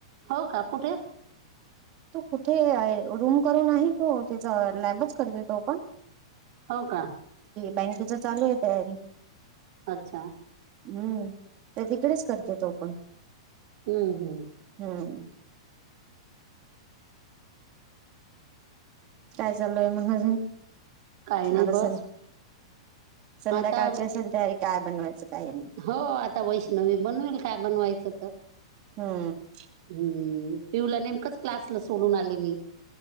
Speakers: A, on the right; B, on the right.
A: हो का कुठे
B: तो कुठे आहे रूम करून आहे तो त्याच लॅबच करते तो पण
A: हो का
B: बँकेच चालू आहे तयारी
A: अच्छा
B: हम्म तर तिकडेच करते तो पण
A: हम्म हम्
B: हम काय चालूय मग अजून
A: काही नाही
B: आता
A: बस
B: सं संध्याकाळची
A: आता
B: असेल तयारी काय बनवायचं काय नाही
A: हो आता वैष्णवी बनवेल काय बनवायचं तर
B: हम्म
A: हम्म पिऊला नेमकच क्लासला सोडून आले मी